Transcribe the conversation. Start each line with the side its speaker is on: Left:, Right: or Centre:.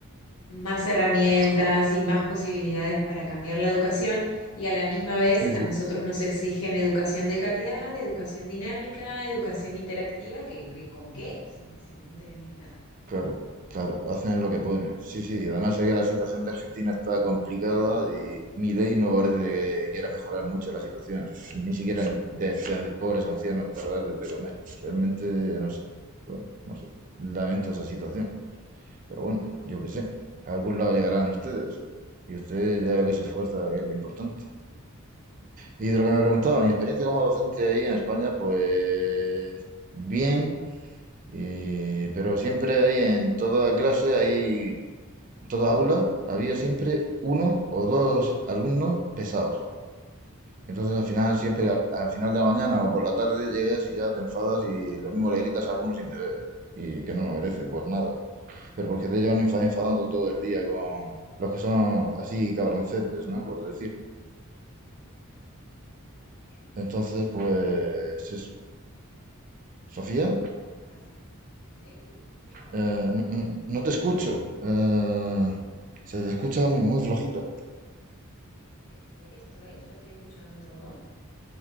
Left: más herramientas
Right: Pues,
Left: y más posibilidades para cambiar la educación y a la misma vez
Right: sí,
Left: a
Right: sí,
Left: nosotros nos exigen educación de calidad, educación dinámica, educación interactiva, que, que- ¿con qué? Si, si no tenemos nada.
Right: claro, claro, hacen lo que pueden. Sí, sí, y además
Left: Ujú,
Right: sé que la situación de Argentina está complicada y mi ley no parece que quiera mejorar mucho la situación, ni siquiera en- de, de ante- pobres ancianos para darles de comer. Realmente, no sé, bueno, no sé, lamento esa situación,
Left: ujú.
Right: pero bueno, yo qué sé, a algún lado llegarán ustedes y usted ya veo que se esfuerza, que es lo importante. Y de lo que me preguntaba, mi experiencia como docente ahí en España, pues bien, y- pero siempre hay en toda clase, hay en toda aula, había siempre uno o dos alumnos pesados. Entonces al final, siempre a- al, final de la mañana o por la tarde llegas y ya te enfadas y lo mismo le gritas a alguno sin deber y que no lo merece por nada. Pero porque te llevan enfa- enfadando todo el día con los que son así cabroncetes, ¿no? Por decirlo.
Left: Sí,
Right: Entonces, pues eso. Sofía.
Left: no es fácil. Sí, sí, estoy acá.
Right: Eh, no, mm, no te escucho. Eh, se te escucha muy flojito.
Left: Estoy, estoy, yo estoy escuchando todo.